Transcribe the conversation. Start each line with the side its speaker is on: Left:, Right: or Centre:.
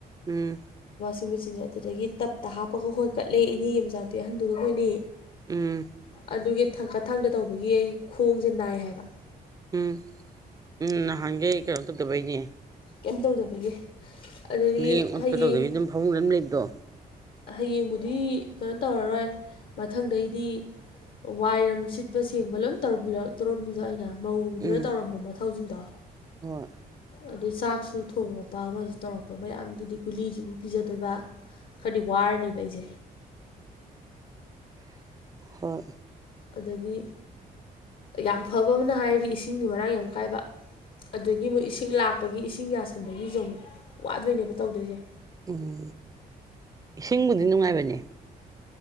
Right: ꯎꯝ
Left: ꯁꯤ ꯃꯦꯆꯤꯟꯁꯦ ꯑꯗꯨꯗꯒꯤ ꯇꯞꯇ ꯍꯥꯞꯄꯒ ꯍꯣꯟꯠꯀꯠꯂꯦ ꯏꯅꯦ ꯃꯆꯥꯥꯡ ꯍꯟꯗꯨ ꯑꯩꯈꯣꯏꯅꯤ
Right: ꯎꯝ
Left: ꯑꯗꯨꯒꯤ ꯑꯩ ꯊꯥꯡꯀꯠ ꯊꯥꯡꯗ ꯇꯧꯕꯒꯤ ꯑꯩ ꯈꯣꯡꯁꯦ ꯅꯥꯏ ꯍꯥꯏꯕ
Right: ꯎꯝ ꯎꯝ ꯍꯪꯦ ꯀꯩꯅꯣ ꯇꯗꯕꯩꯅꯦꯦ
Left: ꯀꯩꯝ ꯇꯧꯗꯕꯒꯤꯦ ꯑꯗꯨꯗꯤ
Right: ꯂꯦꯡ ꯑꯣꯠꯄ
Left: ꯍꯌꯦꯡ
Right: ꯇꯧꯗꯕꯤ ꯑꯗꯨꯝ ꯐꯃꯨꯡꯗ ꯑꯗꯨꯝ ꯂꯩꯕꯗꯣ
Left: ꯍꯌꯦꯡꯕꯨꯗꯤ ꯀꯩꯅꯣ ꯇꯧꯔꯔꯣꯏ ꯃꯊꯪꯗꯩꯗꯤ ꯋꯥꯏꯔꯝ ꯁꯤꯠꯄ ꯁꯦꯡꯕ ꯂꯣꯏ ꯇꯧꯔ ꯇꯧꯔꯝꯅꯤꯗꯣ ꯑꯩꯅ ꯃꯧꯗꯨꯅ
Right: ꯎꯝ
Left: ꯇꯧꯔꯝꯕ ꯃꯊꯧꯁꯤꯡꯗꯣ
Right: ꯍꯣꯏ
Left: ꯑꯗꯩ ꯆꯥꯛꯁꯨ ꯊꯣꯡꯉꯛꯄ ꯑꯃꯁꯨ ꯇꯧꯔꯛꯄ ꯃꯌꯥꯝꯗꯨꯗꯤ ꯒꯨꯂꯤꯁꯨ ꯑꯗꯨꯝ ꯄꯤꯖꯗꯣꯏꯕ ꯈꯔꯗꯤ ꯋꯥꯔꯅꯦꯕ ꯑꯩꯁꯦ
Right: ꯍꯣꯏ
Left: ꯑꯗꯒꯤ ꯌꯥꯝ ꯐꯕ ꯑꯃꯅ ꯍꯥꯏꯔꯤ ꯏꯁꯤꯡꯗꯤ ꯃꯔꯥꯡ ꯌꯥꯝ ꯀꯥꯏꯕ ꯑꯗꯨꯗꯒꯤ ꯃꯣꯏ ꯏꯁꯤꯡ ꯏꯁꯤꯡ ꯂꯥꯛꯄꯒꯤ ꯏꯁꯤꯡ ꯌꯥꯁꯟꯕꯒꯤꯁꯨ ꯋꯥꯗꯣꯏꯅꯦꯕ ꯇꯧꯗꯣꯏꯁꯦ
Right: ꯎꯝ ꯏꯁꯤꯡꯕꯨꯗꯤ ꯅꯨꯡꯉꯥꯏꯕꯅꯦ